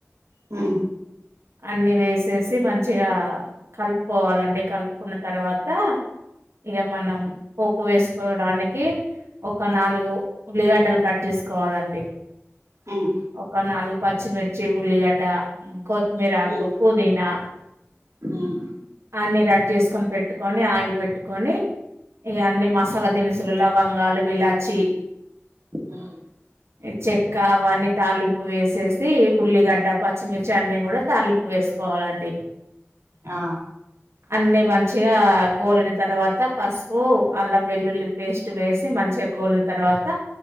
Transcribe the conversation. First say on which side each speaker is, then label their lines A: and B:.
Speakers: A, on the right (about 85°); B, on the right (about 70°).
A: ఆ
B: అన్నీ వేసేసి మంచిగా కలుపుకోవాలండి కలుపుకున్న తర్వాత ఇగ మనం పోపు వేసుకోవడానికి ఒక నాలుగు ఉల్లిగడ్డలు కట్చేసుకోవాలండి.
A: ఉమ్,
B: ఒక నాలుగు పచ్చిమిర్చి ఉల్లిగడ్డ కో త్మిరాకు
A: ఉమ్,
B: పుదీనా
A: ఉమ్,
B: అన్ని రడీ చేస్కొని పెట్టుకొని ఆయిల్ పెట్ ట్టుకొని ఇగన్నీ మసాలా దిన్సులు లవంగాలు ఇలాచి
A: ఉమ్,
B: ఈ చెక్క ఇవన్నీ తాలింపు వేసేసి ఉల్లిగడ్డ పచ్చిమిర్చి అన్ని కూడా తాలింపు వేసుకోవాలండి.
A: ఆ
B: అన్నీ మంచిగా గోలిన తర్వా తా పసుపు అల్లం వెల్లుల్లి పేస్ట్ వేసి మంచిగ గోలిన తర్వాత